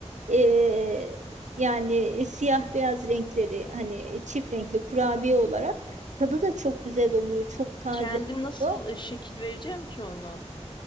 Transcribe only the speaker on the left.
Kendim nasıl
e, şekil vereceğim ki onu?